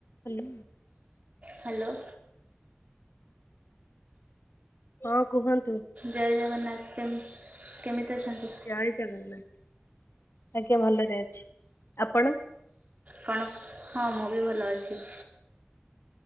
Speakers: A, on the left; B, on the right.
A: Hello
B: hello.
A: ହଁ କୁହନ୍ତୁ?
B: ଜୟ ଜଗନ୍ନାଥ କେ କେମିତି ଅଛନ୍ତି?
A: ଜୟ ଜଗନ୍ନାଥ ଆଜ୍ଞା ଭଲରେ ଅଛି, ଆପଣ?
B: କଣ ହଁ ମୁଁ ବି ଭଲ ଅଛି।